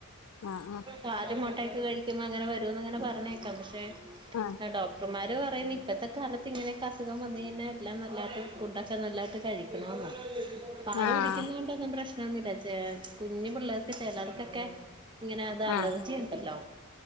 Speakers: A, on the left; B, on the right.
A: ആഹ്
B: പാലും മുട്ടയും ഒക്കെ കഴിക്കുേമ്പാ അങ്ങനെ വരൂന്ന് ഇങ്ങനെ പറഞ്ഞേക്കാം പക്ഷെ
A: ആഹ്
B: ഡോക്ടർമാര് പറയുന്ന് ഇപ്പഴത്തെ കാലത്ത് ഇങ്ങനക്കെ അസുഖം വന്ന് കഴിഞ്ഞാ എല്ലാം നല്ലതായിട്ട് ഫുഡൊക്കെ നല്ലായിട്ട് കഴിക്കണന്നാ പാല്
A: ആഹ്
B: കുടിക്കുന്നോണ്ടൊന്നും പ്രശ്നൊന്നുല്ല ച കുഞ്ഞു പിള്ളേർക്ക് ചിലർക്കൊക്കെ ഇങ്ങനെ അത് അലർജി
A: ആഹ്
B: ഉണ്ടല്ലോ